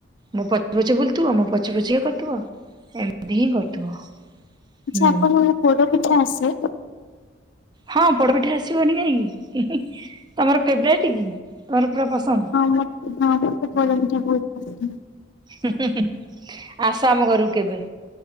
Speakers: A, on the right; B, on the left.
A: ମୁଁ ପଛେ ପଛେ ବୁଲଥିବ ମୋ ପଛେ ପଛେ ଇଏ କରୁଥିବ ଏମିତି ହିଁ କରୁଥିବ।
B: ଆଛା
A: ହୁଁ।
B: ଅପଣଙ୍କୁ ପୋଡ ପିଠା ଆସେ?
A: ହଁ ପୋଡପିଠା ଆସିବନି କାହିଁକି ତମର ଫେବରାଇଟ କି ତମର ପୁରା ପସନ୍ଦ।
B: ହଁ ମତେ ହଁ ମତେ ପୋଡ ପିଠା ବହୁତ୍ ପସନ୍ଦ।
A: ହୁଁ ହୁଁ ଆସ ଆମ ଘରକୁ କେବେ।